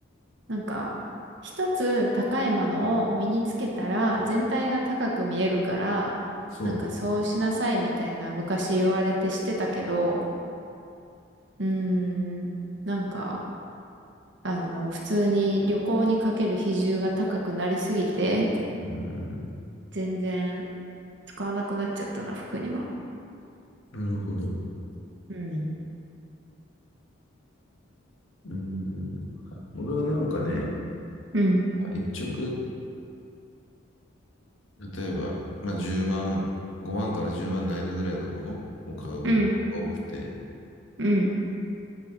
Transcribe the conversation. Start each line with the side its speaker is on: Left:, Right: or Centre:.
Right: なんか、一つ高いものを身につけたら全体が高く見えるから、
Left: そう。
Right: なんかそうしなさいみたいな昔言われてしてたけど、うーん、なんか、あの、普通に旅行にかける比重が高くなりすぎて、
Left: うん。
Right: 全然使わなくなっちゃったな、服には。
Left: なるほど。
Right: うん。
Left: うん。俺はなんかね、
Right: うん。
Left: 一直、例えば、まあ10万、5万から10万の間ぐらいのものを買う方が多くて、
Right: うんうん。